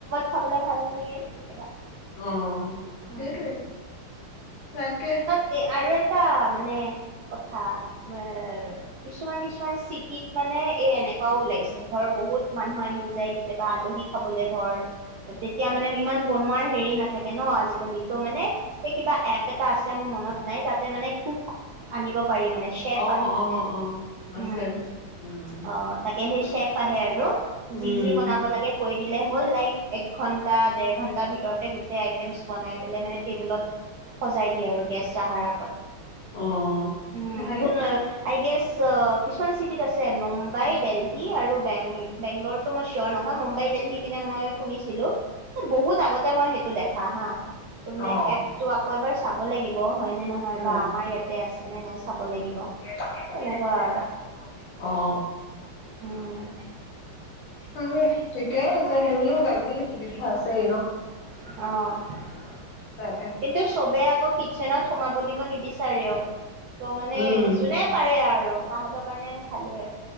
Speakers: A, on the right; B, on the left.
A: খাবলে ভাল লাগে, কেতিয়াবা।
B: অ'!
A: উম
B: সেইটোৱে, তাকে।
A: এই আৰু এটা, মানে কথা, <unintelligible> কিছুমান-কিছুমান চিটিত মানে, এ, এনেকুৱাও ওলাইছে ধৰ, বহুত মানুহ আহি যাই কেতিয়াবা, আলহী খাবলে ধৰ। তেতিয়া মানে, ইমান বনোৱাৰ সেৰি, নাথাকে ন' আজিকালি। ত' মানে, এই কিবা, এপ এটা আছে, মোৰ মনত নাই। তাতে মানে, কোক আনিব পাৰি মানে। চেফ
B: অ
A: আহে মানে।
B: অ অ আছে
A: উম,
B: আছে উম
A: অ'। তাকে সেই, চেফ আহে আৰু।
B: উম
A: যি যি বনাব লাগে, কৈ দিলে হ'ল, লাইক এক ঘণ্টা, ডেৰ ঘণ্টা ভিতৰতে, গোটেই আইটেমছ বনাই পেলাই মানে, টেবুলত সজাই দিয়ে আৰু গেষ্ট আহাৰ আগত।
B: অ
A: উম,
B: ভালেই
A: কোনে? আই গেছ, অ' কিছুমান চিটিত আছে। মুম্বাই, দেলহী আৰু বেং-বেংগলৰ। ত' মই, চিয়ৰ নহয়। মুম্বাই, দেলহী পিনে মই, শুনিছিলোঁ! এ, বহুত আগতে মই, সেইটো দেখা হা। তাৰমানে,
B: অ
A: এপটো আকৌ এবাৰ চাব লাগিব। হয়নে নহয়
B: উম
A: বা আমাৰ ইয়াতে, আছেনে নাই, চাব লাগিব।
B: এ, বহি
A: তেনেকুৱা
B: লেক্সাৰ
A: আৰু
B: <unintelligible> অ'।
A: উম,
B: <unintelligible> ঠিকেই আছে, সেইবিলাক আজিকালি, সুবিধা আছেই ন'?
A: অ'!
B: তাকে
A: কিন্তু চবে আকৌ কিটচেনত সোমাব দিব নিবিচাৰেও। ত' মানে
B: উম
A: যোনে পাৰে আৰু তাহতৰ কাৰণে ভালেই